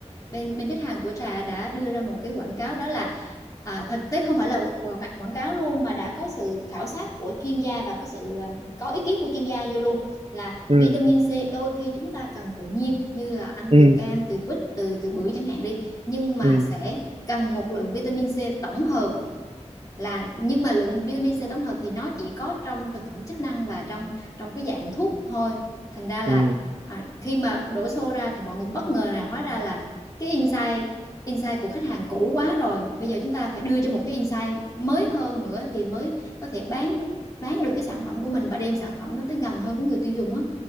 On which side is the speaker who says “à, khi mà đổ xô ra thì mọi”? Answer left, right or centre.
Left